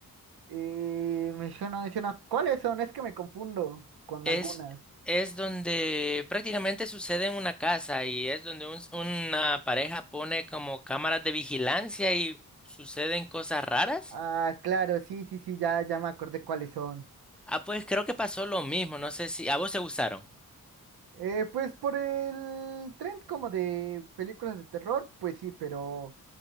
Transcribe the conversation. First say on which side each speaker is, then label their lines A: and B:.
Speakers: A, on the right; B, in the centre.
A: Eh, me suena, me suena. ¿Cuáles son? Es que me confundo con
B: Es,
A: algunas.
B: es donde prácticamente sucede en una casa y es donde un- una pareja pone como cámaras de vigilancia y suceden cosas raras.
A: Ah, claro, sí, sí, sí, ya, ya me acordé cuáles son.
B: Ah, pues creo que pasó lo mismo, no sé si a vos te gustaron.
A: Eh, pues por el trend como de películas de terror, pues sí, pero